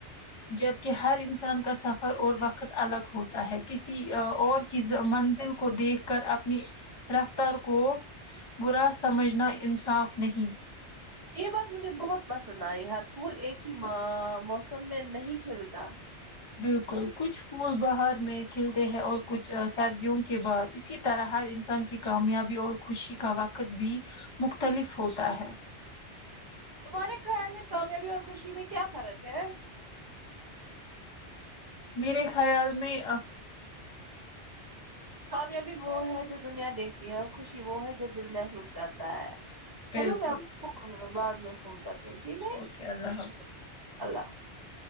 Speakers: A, on the left; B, on the right.
A: جبکہ ہر انسان کا سفر اور وقت الگ ہوتا ہے کسی اور کی منزل کو دیکھ کر اپنی رفتار کو برا سمجھنا انصاف نہیں
B: یہ بات مجھے بہت پسند آئی ہر پھول ایک ہی ما موسم میں نہیں کھیلتا
A: بالکل کچھ پھول باہر میں کھلتے ہیں اور کچھ سردیوں کے بعد اسی طرح ہر انسان کی کامیابی اور خوشی کا وقت بھی مختلف ہوتا ہے
B: تمہارے خیال میں کامیابی اور خوشی میں کیا فرق ہے
A: میرے خیال میں
B: کامیابی وہ ہے جو دنیا دیکھتی ہے اور خوشی وہ ہے جو دل محسوس کرتا ہے
A: بالکل
B: چلو میں اپکو بعد میں فون کرتی ہوں ٹھیک ہے
A: اوکے اللہ حافظ
B: اللہ حافظ